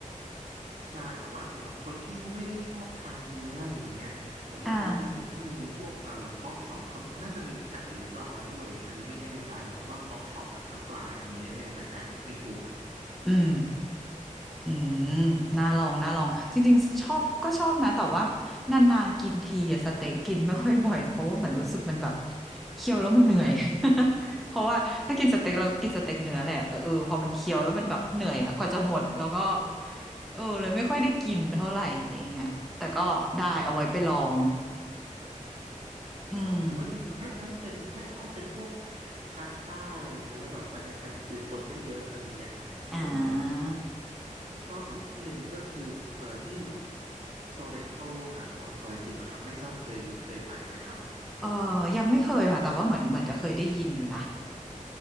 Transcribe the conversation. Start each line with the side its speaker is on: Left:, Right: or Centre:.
Right: ใช่แต่ว่าสำหรับคนที่ไม่ได้ชอบทานเนื้ออะไรอย่างเงี้ยผมว่าเขาจริงๆเขามีพวกเอ่อพอกช็อปเขาน่าจะมีไก่หรือปลาด้วยอันนี้ไม่แน่ใจแต่ว่าพอกช็อปอะกับปลาเนี่ยมีแน่ๆแต่ไก่อะไม่ชัวร์
Centre: อ่าอืม อืมน่าลองน่าลองจริงๆ ชอบก็ชอบนะแต่ว่านานๆกินทีอะสเต็กกินไม่ค่อยบ่อยเพราะว่าเหมือนรู้สึกมันแบบเคี้ยวแล้วมันเหนื่อย <laughs> เพราะว่าถ้ากินสเต็กเรากินสเต็กเนื้อแหละแต่เออพอมันเคี้ยวแล้วมันแบบเหนื่อยอะกว่าจะหมดแล้วก็เออเลยไม่ค่อยได้กินเท่าไหร่อะไรอย่างเงี้ยแต่ก็ได้เอาไว้ไปลองอืม
Right: ครับหรือว่าจริงๆถ้าถ้าเป็นถ้าชอบเป็นพวกพาสต้าอะไรเงี้ยแล้วแบบบรรยากาศคือคนไม่เยอะอะไรเงี้ยผม
Centre: อ่า
Right: ชอบอยู่ที่หนึ่งก็คือเอ่อที่โซเรนโตสาทรซอยสิบอะครับไม่ทราบเคยเคยไปไหมครับ
Centre: เออยังไม่เคยค่ะแต่ว่าเหมือนเหมือนจะเคยได้ยินอยู่นะ